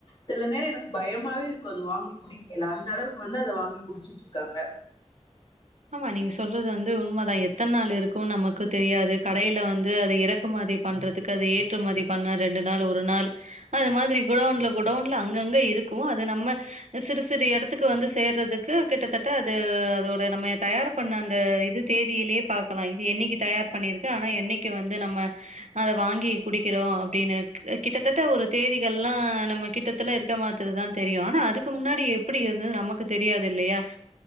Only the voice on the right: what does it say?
ஆமா நீங்க சொல்றது வந்து உண்மதான் எத்தனை நாள் இருக் கும் நமக்கு தெரியாது கடையில வந்து அ து இறக்குமதி பண்றதுக்கு அது ஏற்றுமதி பண்ண ரெண்டு நாள் ஒரு நாள் அது மாதிரி குடவுன்ல குடவுன்ல அங்க அங்க இருக் கும் அது நம்ம சிறு சிறு இடத்துக்கு வந்து சேர்றதுக்கு கிட்டத்தட்ட அது அதோட நம்ம தயார் பண்ண அந்த இது தேதியிலயே பாக்கலாம் இது என்னைக்கு தயார் பண்ணிருக்கு ஆனா என்னைக்கு வந்து நம்ம அத வாங்கி குடிக்கிறோம் அப்படின்னு கிட்டத்தட்ட ஒரு தேதிகள் எல்லாம் நம்ம கிட்டத்தல இருக்க மாத்ததுதான் தெரியும் ஆனா அதுக்கு முன்னாடி எப்படி இருந்தது நமக்கு தெரியாது இல்லையாஹ்